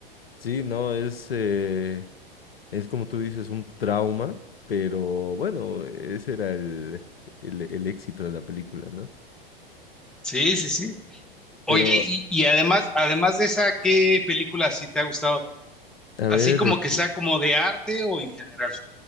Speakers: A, on the left; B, in the centre.
A: Sí, no, es, eh, es como tú dices, un trauma, pero bueno, ese era el, el, el éxito de la película, ¿no?
B: Sí, sí, sí.
A: Pero,
B: Oye, y, y además, además de esa, ¿qué película sí te ha gustado?
A: a
B: Así
A: ver,
B: como
A: despu-
B: que sea como de arte o en general.